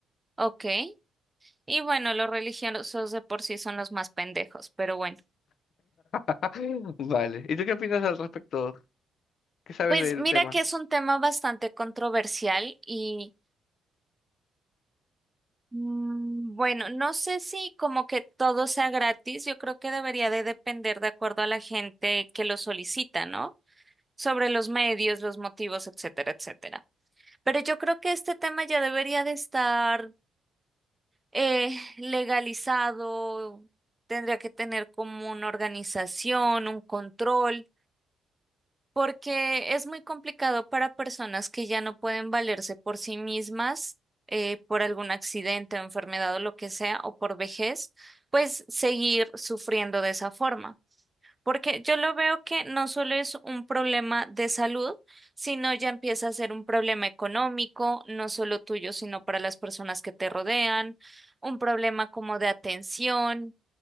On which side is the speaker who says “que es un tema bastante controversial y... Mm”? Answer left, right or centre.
Right